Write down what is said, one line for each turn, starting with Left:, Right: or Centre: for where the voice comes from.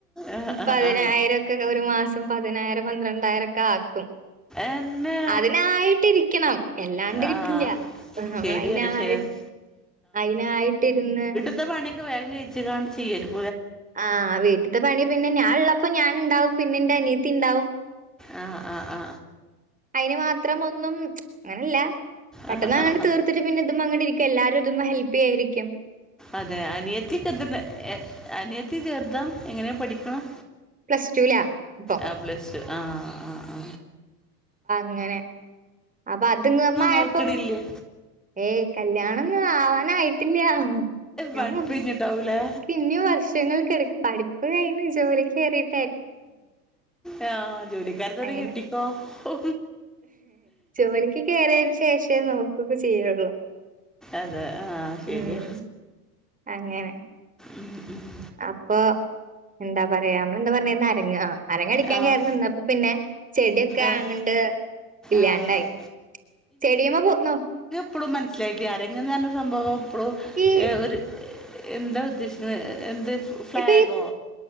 Centre: ആ ആ
Right: പതിനായിരംക്കെ
Centre: ആ
Right: ഒരു മാസം പതിനായിരം പന്ത്രണ്ടായിരം ഒക്കെ ആക്കും
Centre: എന്നെ
Right: അതിനായിട്ടിരിക്കണം എല്ലാണ്ട്
Centre: ആ
Right: കിട്ടില്ല നമ്മളയ്നായി
Centre: ശരിയാണ് ശരിയാണ്
Right: അയിനായിട്ടിരുന്ന്
Centre: ഇത്ര പണിയൊക്കെ വേം കഴച്ചുകാണ്ട് ചെയ്യലും
Right: ആ വീട്ടത്തെ പണി പിന്നെ ഞാനുള്ളപ്പോ ഞാനൻ ഉണ്ടാവും പിന്നെ എന്റെ അനിയത്തി ഉണ്ടാവും
Centre: അ അ അ
Right: അതിന് മാത്രം ഒന്നും അങ്ങനല്ല പെട്ടെന്ന്
Centre: ആഹ്
Right: അങ്ങെ
Centre: ആഹ് ആഹ്
Right: തീർത്തിട്ട് പിന്നെ തും അങ്ങട്ട്ഇരിക്ക എല്ലാരും ഇതും ഹെൽപ്പ് ചെയ ആയിരിക്കും
Centre: അതെ അനിയത്തി ക അനിയത്തി ചേർതഎങ്ങനെയാ പഠിക്കണം
Right: പ്ലസ് ടൂലാ ഇപ്പം
Centre: ആ പ്ലറ്റു അ അ അ
Right: ഇങ്ങനെ അപ്പ അതിങ്ങ് അമ്മ ആയപ്പം
Centre: നോക്ക്ണില്ലേ
Right: ഏയ് കല്യാണംന്ന് ആവാനായി കല്യാണം മ് ഞാൻ
Centre: പഠിപ്പയ്ഞ്ഞിട്ടാവൂലേ
Right: <unintelligible> എക്ക് ഇനീ വർഷങ്ങൾ കെടക്ക് പഠിപ്പ് കഴിഞ്ഞ് ജോലി കേറീം
Centre: എ ആഹ് ജോലിക്കാര തന്നെ
Right: അങ്ങനെ
Centre: കെട്ടിക്കോ ഓ
Right: ജോലിക്ക് കേറിയതിനു ശേഷേ നോക്കൊക്കെ ചെയ്യെ ഒള്ളൂ
Centre: അതെ ആഹ് ശെരിയാ
Right: ഉം അങ്ങനെ
Centre: ഉം ഉം
Right: അപ്പൊ എന്താ പറയാ നമ്മള് എന്ത് പറഞ്ഞേന്നാ അരങ്ങ് ആ അരങ്ങടിക്കാൻ
Centre: ആഹ്
Right: കേറി നിന്നപ്പം പിന്നെ ചെടിയൊക്കെ
Centre: ആഹ്
Right: അങ്ങണ്ട് ഇല്യാണ്ടായി.
Centre: ആഹ്
Right: ചെടീമ്മ പൂ ന്നു പോന്നോ
Centre: പ്പൊളും മനസ്സിലായിട്ടില്ല അരങ്ങന തഞ്ഞാണ് സംഭവം പ്പ്ളോ
Right: ഈ
Centre: ഏ ഒര് എന്താ ഉദ്ദേശിക്കണേ ഏ എന്ത് ഫ്ലാഗോ
Right: ഇപ്പ ഈത്